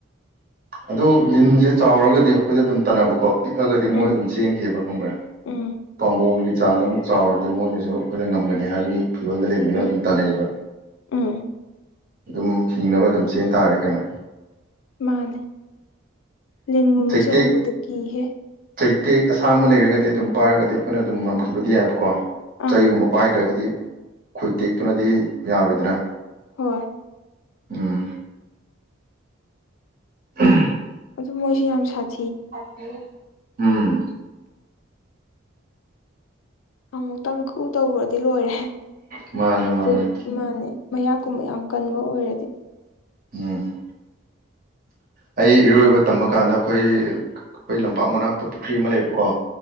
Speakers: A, on the right; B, on the left.
A: ꯑꯗꯨ ꯂꯤꯟꯁꯦ ꯆꯥꯎꯔꯒꯗꯤ ꯑꯩꯈꯣꯏꯗ ꯑꯗꯨꯝ ꯇꯥꯟꯅꯕꯀꯣ ꯄꯤꯛꯑꯒꯗꯤ ꯃꯣꯏ
B: ꯎꯝ
A: ꯑꯗꯨꯝ ꯆꯦꯟꯈꯤꯕ ꯈꯪꯕ꯭ꯔꯥ
B: ꯎꯝ
A: ꯄꯥꯝꯕꯣꯝꯒꯤ ꯆꯥꯡꯗ ꯑꯃꯨꯛ ꯆꯥꯎꯔꯗꯤ ꯃꯣꯏꯅꯁꯨ ꯑꯩꯈꯣꯏꯗꯥ ꯉꯝꯒꯅꯤ ꯍꯥꯏꯕꯒꯤ ꯐꯤꯕꯝꯗ ꯂꯩꯕꯅꯤꯅ
B: ꯎꯝ
A: ꯑꯗꯨꯝ ꯇꯥꯟꯅꯩꯕ
B: ꯎꯝ
A: ꯑꯗꯨꯝ ꯍꯤꯡꯅꯕ ꯑꯗꯨꯝ ꯆꯦꯟ ꯇꯥꯔꯦ ꯀꯩꯅꯣ
B: ꯃꯥꯅꯦ ꯂꯤꯟꯒꯨꯝꯕꯁꯦ
A: ꯆꯩꯇꯦꯛ
B: ꯎꯕꯗ ꯀꯤꯍꯦ
A: ꯆꯩꯇꯦꯛ ꯑꯁꯥꯡꯕ ꯂꯩꯔꯒꯗꯤ ꯑꯗꯨꯝ ꯄꯥꯏꯔꯒꯗꯤ ꯑꯩꯈꯣꯏꯅ ꯑꯗꯨꯝ ꯉꯝꯈꯤꯕꯗꯤ ꯌꯥꯏꯕꯀꯣ
B: ꯑꯥ
A: ꯆꯩꯒꯨꯝꯕ ꯄꯥꯏꯗ꯭ꯔꯒꯗꯤ ꯈꯨꯣꯏ ꯇꯦꯛꯇꯨꯅꯗꯤ ꯌꯥꯔꯣꯏꯗꯅ
B: ꯍꯣꯏ
A: ꯎꯝ <unintelligible>
B: ꯑꯗꯨ ꯃꯣꯏꯁꯤ ꯌꯥꯝ ꯁꯥꯠ
A: ꯑꯨꯝ
B: ꯑꯃꯨꯛꯇꯪ ꯒꯨ ꯇꯧꯒ꯭ꯔ ꯗꯤ ꯂꯣꯏꯔꯦ
A: ꯃꯥꯅꯦ ꯃꯥꯅꯦ
B: <unintelligible> ꯃꯌꯥꯀꯨꯝꯕ ꯌꯥꯝ ꯀꯟꯕ ꯑꯣꯏꯔꯗꯤ
A: ꯎꯝ ꯑꯩ ꯏꯔꯣꯏꯕ ꯇꯝꯕ ꯀꯥꯟꯗ ꯑꯩꯈꯣꯏ ꯑꯩꯈꯣꯏ ꯂꯝꯄꯥꯛ ꯃꯅꯥꯛꯇ ꯄꯨꯈ꯭ꯔꯤ ꯑꯃ ꯂꯩꯕꯀꯣ